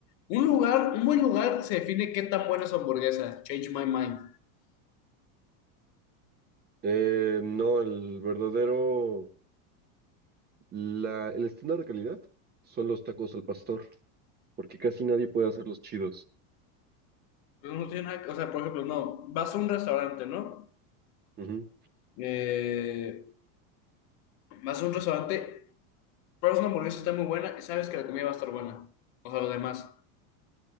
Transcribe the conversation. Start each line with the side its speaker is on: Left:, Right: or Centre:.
Left: Un lugar, un buen lugar se define qué tan buena es su hamburguesa. Change my mind.
Right: Eh, no, el verdadero, la, el estándar de calidad son los tacos al pastor, porque casi nadie puede hacer los chidos.
Left: Pues no tiene nada que- o sea, por ejemplo, no, vas a un restaurante, ¿no?
Right: Ujú.
Left: Eh, vas a un restaurante Pero es una hamburguesa está muy buena, sabes que la comida va a estar buena. O sea, lo demás.